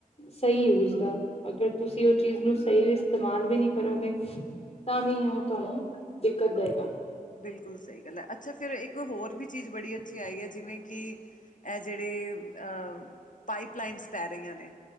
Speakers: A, on the left (about 45°); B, on the left (about 65°).
A: ਸਈ ਯੂਜ਼ ਦਾ, ਅਗਰ ਤੁਸੀਂ ਓ ਚੀਜ਼ ਨੂੰ ਸਈ ਇਸਤੇਮਾਲ ਵੀ ਨੀ ਕਰੋਗੇ ਤਾਂ ਵੀ ਓ ਤੁਆਨੂੰ, ਦਿੱਕਤ ਦਏਗਾ।
B: ਬਿਲਕੁਲ ਸਈ ਗੱਲ ਐ ਅੱਛਾ ਫਿਰ ਇੱਕ ਹੋਰ ਵੀ ਚੀਜ ਬੜੀ ਅੱਛੀ ਆਈ ਐ ਜਿਵੇਂ ਕਿ ਐ ਜੇੜੇ ਅ, ਪਾਈਪ ਲਾਈਨਸ ਪੈ ਰਈਆਂ ਨੇ